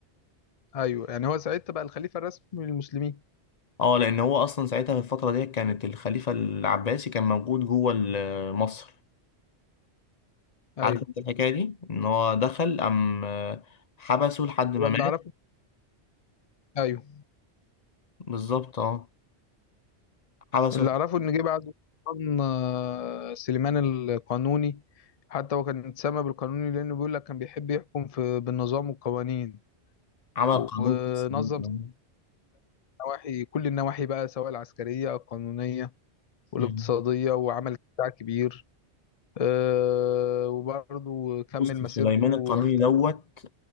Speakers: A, on the left; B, on the left.
A: ايوه يعني هو ساعتها بقى الخليفة الرسمي للمسلمين
B: اه لأن هو أصلا ساعتها في الفترة دي كانت الخليفة العباسي كان موجود جوه ال- مصر
A: ايوه
B: عارف انت الحكاية دي؟ إن هو دخل أم حبسه لحد ما
A: هو اللي
B: مات
A: اعرفه ايوه
B: بالظبط اه حبسه
A: اللي اعرفه ان جه بعد السلطان آه، سليمان القانوني حتى هو كان اتسمى بالقانوني لانه بيقول لك كان بيحب يحكم في بالنظام والقوانين
B: عمل
A: و-
B: قانون
A: ونظم
B: خاص بيه.
A: نواحي كل النواحي بقى سواء العسكرية القانونية والاقتصادية
B: مم.
A: وعمل بتاع كبير آه، وبرضه كمل
B: بص
A: مسيرته
B: سليمان القانوني
A: احتل-
B: دوت